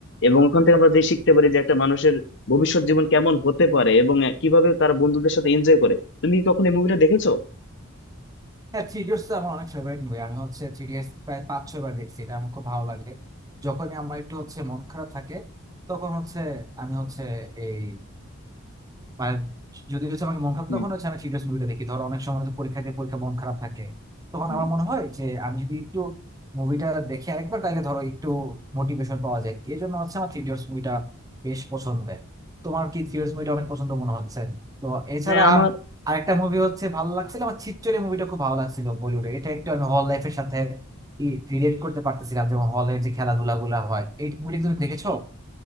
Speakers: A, on the left (about 50°); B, on the right (about 15°).
A: এবং ওখান থেকে আমরা যে শিখতে পারি যে একটা মানুষের ভবিষ্যৎ জীবন কেমন হতে পারে এবং কিভাবে তারা বন্ধুদের সাথে এনজয় করে তুমি কি কখনো এই মুভিটা দেখেছো
B: হ্যাঁ থ্রি ইডিয়টস তো আমার অনেক ফেভারিট মুভি আমি হচ্ছে থ্রি ইডিয়টস প্রায় পাঁচ ছয় বার দেখছি এটা আমার খুব ভালো লাগে যখনই আমার একটু হচ্ছে মন খারাপ থাকে তখন হচ্ছে আমি হচ্ছে এই আর যদি হচ্ছে আমাকে মন খারাপ
A: হুম,
B: তখন হচ্ছে আমি থ্রিলার্স মুভিটা দেখি ধরো অনেক সময় তো পরীক্ষা দিয়ে পরীক্ষা মন খারাপ থাকে তখন
A: হুম।
B: আমার মনে হয় যে আমি যদি একটু মুভিটা দেখি আরেকবার তাহলে ধরো একটু মোটিভেশন পাওয়া যায় এই জন্য হচ্ছে আমার থ্রিলার্স মুভিটা বেশ পছন্দের তোমার কি থ্রিলার্স মুভিটা অনেক পছন্দ মনে হচ্ছে তো এছাড়া
A: হ্যাঁ আমার
B: আর আরেকটা মুভি হচ্ছে ভালো লাগছিল আমার ছিচ্চরে মুভিটা খুব ভালো লাগছিল বলিউডে এটা একটু আমি হল লাইফের সাথে রিলেট করতে পারতেছিলাম যেমন হলের যে খেলাধুলা গুলা হয় এই মুভিটা তুমি দেখেছো